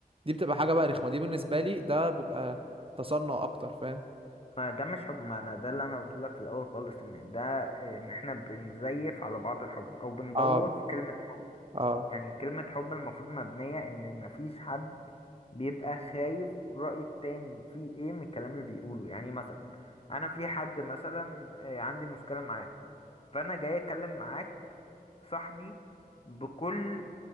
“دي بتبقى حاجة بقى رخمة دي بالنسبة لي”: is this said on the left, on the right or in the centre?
Right